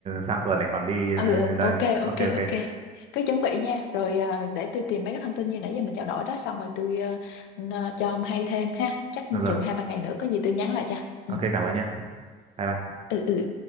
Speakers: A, on the right; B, on the left.
A: sang tuần này còn đi
B: ừ ừ,
A: đây
B: ok
A: Ok
B: ok
A: ok
B: ok cứ chuẩn bị nha rồi à, để tôi tìm mấy cái thông tin như nãy giờ mình trao đổi đó xong rồi tôi ờ, n- cho ông hay thêm ha chắc
A: Được rồi
B: chừng hai ba ngày nữa có gì tôi nhắn lại cho ừ
A: ok cảm ơn nhá Bye bye
B: ừ ừ